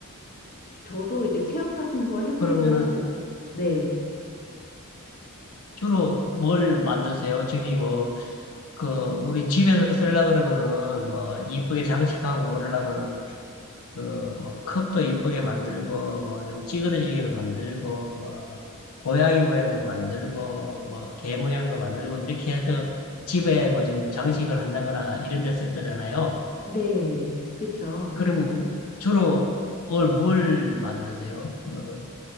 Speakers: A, on the left; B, on the left.
A: 저도 이제 체험 같은 거 해보고
B: 그러면은
A: 네.
B: 주로 뭘 만드세요? 저기 뭐 그 우리 집에서 쓰려고 그러면은 뭐 이쁘게 장식하고 그러려면은 그, 뭐, 컵도 이쁘게 만들고, 뭐, 좀 찌그러지게도 만들고, 뭐, 고양이 모양도 만들고, 뭐, 개 모양도 만들고, 이렇게 해서 집에 뭐 좀 장식을 한다거나 이런 데 쓸 거잖아요.
A: 네. 그쵸.
B: 그러면 주로 뭘, 뭘 만드세요? 뭐,